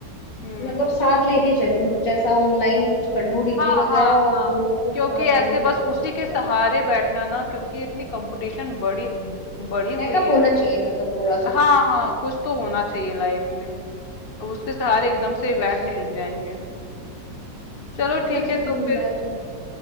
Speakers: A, on the left (about 35°); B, on the left (about 85°).
A: हम्म
B: मतलब साथ लेके चलूं कुछ ऐसा ऑनलाइन कुछ कर लूं डिग्री
A: हाँ
B: वगैरह
A: हाँ
B: और
A: हाँ
B: दोनों को
A: क्योंकि
B: साथ
A: ऐसे
B: लेके चलूं
A: बस उसी
B: थोड़ा
A: के
B: थोड़ा
A: सहारे बैठना ना क्योंकि इतनी कंपटीशन बढ़ी बढ़ी हुई
B: बैकअप
A: है
B: होना चाहिए मतलब थोड़ा सा
A: हाँ हाँ कुछ तो होना चाहिए लाइफ में अब उसके सहारे एकदम
B: हाँ
A: से ही
B: बस
A: बैठ नहीं जाएंगे चलो ठीक
B: बस
A: है तो फिर
B: मैं तो